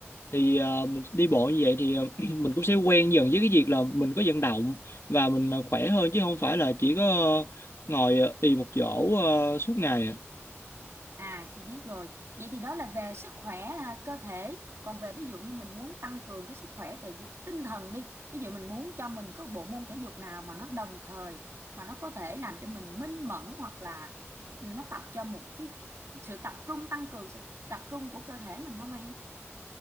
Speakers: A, on the left; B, on the right.
A: Thì ờ, mình đi bộ như vậy thì ờ, <clears throat> mình cũng sẽ quen dần với cái việc là mình có vận động và mình ờ, khỏe hơn chứ không phải là chỉ có ờ, ngồi ờ, ì một chỗ ờ, suốt ngày ạ.
B: À chị biết rồi. Vậy thì đó là về sức khỏe à, cơ thể. Còn về ví dụ như mình muốn tăng cường cái sức khỏe về di- tinh thần đi. Ví dụ mình muốn cho mình có bộ môn thể dục nào mà nó đồng thời mà nó có thể làm cho mình minh mẫn hoặc là nó tập cho một cái sự tập trung tăng cường sự tập trung của cơ thể mình không em?